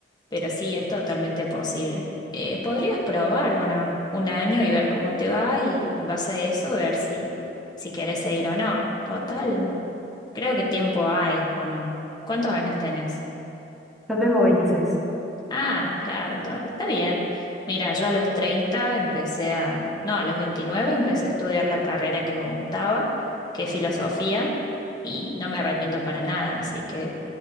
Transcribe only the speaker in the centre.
Yo tengo 26.